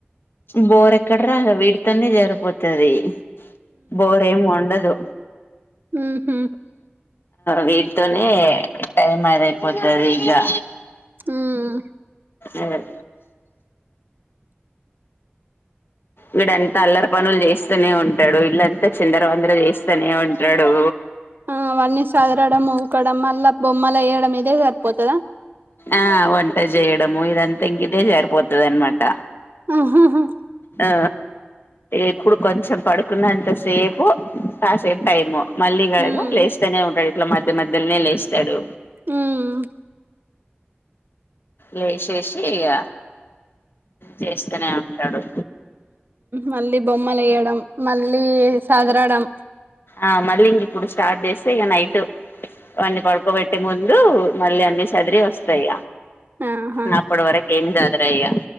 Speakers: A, on the left; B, on the right.
A: బోర్ ఎక్కడ రా ఇగ వీడితోనే జరిపోతుది బోర్ ఏమి ఉండదు
B: ఉహూ
A: వీడి తోనే టైమ్ అద అయిపోతుంది ఇకా
B: హ్మ్
A: అ వీడంతా అల్లరి పనులు చేస్తనే ఉంటాడు ఇళ్లంతా చిందర వందర చేస్తనే ఉంటడు
B: ఆ అవన్నీ సదరడం ఊకడం మల్లా బొమ్మల ఏయడం ఇదే సరి పోతదా
A: ఆ వంట చేయడము ఇదంతా ఇంగదే సరిపోతది అనమాట
B: ఆహాహా
A: ఆ ఎప్పుడు కొంచెం పడుకున్నంత సేపు కాసేపు టైము మళ్ళీ ఇగ
B: హ్మ్
A: లేస్తానే ఉంటడు ఇట్లా మధ్య మధ్యలోనే లేస్తాడు
B: ఉమ్
A: లేసేసి ఇక చేస్తనే ఉంటడు
B: మళ్ళీ బొమ్మలు ఏయడం మళ్ళీ సదరడం
A: ఆ మళ్ళీ ఇంక ఇప్పుడు స్టార్ట్ చేస్తే ఇక నైట్ వాన్నీ పడుకోబెట్టే ముందు మళ్ళీ అన్నిీ సదిరి వస్తాయి
B: ఆహా
A: నప్పుడు వరకు ఏం సదుర ఇగ